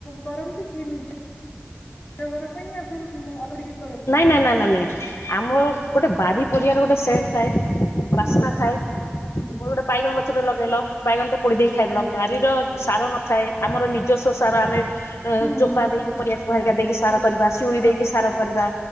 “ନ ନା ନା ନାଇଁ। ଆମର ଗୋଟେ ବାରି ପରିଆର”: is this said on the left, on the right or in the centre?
Left